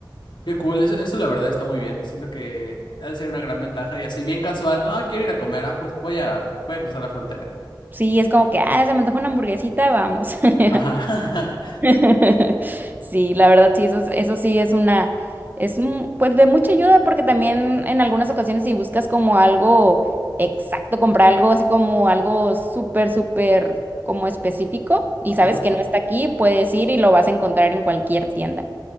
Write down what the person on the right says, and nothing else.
Sí, es como que, ah, se me antoja una hamburguesita, vamos. <laughs>
<laughs> Sí, la verdad, sí, eso, es- eso sí es una, es un- pues de mucha ayuda porque también en algunas ocasiones si buscas como algo exacto, comprar algo así como algo súper, súper como específico
y sabes
que no está aquí, puedes ir y lo vas a encontrar en cualquier tienda.